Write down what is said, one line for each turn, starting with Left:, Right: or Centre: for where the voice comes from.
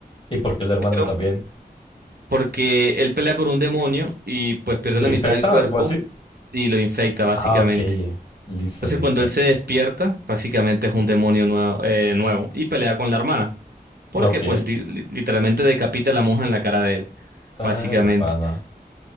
Left: ¿Y por qué el hermano
Right: Pero
Left: también?
Right: porque él pelea con un demonio y pues pierde
Left: ¿Le
Right: la mitad
Left: infecta
Right: del cuerpo
Left: algo así?
Right: y lo infecta básicamente.
Left: Ah, ok. Listo,
Right: Entonces
Left: listo.
Right: cuando él se despierta, básicamente es un demonio nuevo, eh, nuevo y pelea con la hermana porque
Left: Ok.
Right: pues di- li- literalmente decapita a la monja en la cara de él, básicamente.
Left: Ay, pana.